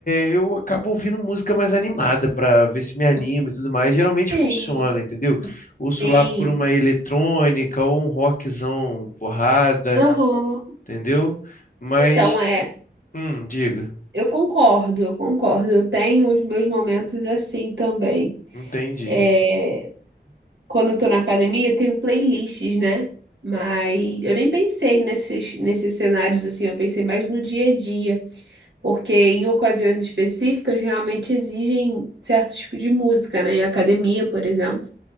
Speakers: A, on the left; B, on the right.
A: é, eu acabo ouvindo música mais animada pra ver se me anima e tudo mais. Geralmente
B: sim,
A: funciona, entendeu? Ouço
B: sim.
A: lá por uma eletrônica ou um rockzão porrada,
B: Aham.
A: entendeu? Mas,
B: Então, é.
A: hum, diga,
B: Eu concordo, eu concordo. Eu tenho os meus momentos assim também.
A: entendi.
B: É, quando eu tô na academia, eu tenho playlists, né? Mas eu nem pensei nesses, nesses cenários assim, eu pensei mais no dia a dia, porque em ocasiões específicas realmente exigem certo tipo de música, né? Em academia, por exemplo,